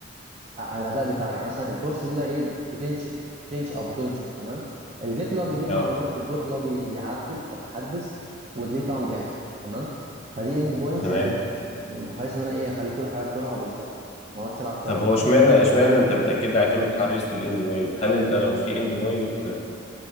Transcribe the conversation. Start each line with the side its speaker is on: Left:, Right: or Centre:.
Right: عن الاداء بتاعي يعني مثلا البوست دي اللي هي ايه بتنشئ بتنشئ او بتنشر تمام الجيت اللي هو بيجيب
Left: اه
Right: معلومات والبوت اللي هو بي- بيعدل او بيحدث وديليت طبعا بيحذف تمام فدي اند بوينتس
Left: تمام
Right: انا كنت حريص ان انا ايه اخلي كل حاجه بدورها بالظبط ما اقعدش العب
Left: طب
Right: فيها وكده.
Left: هو اشمعنى اشمعنى انت بتاكد لي على كلمه حريص للاند بوينت هل انت لو في اند بوينت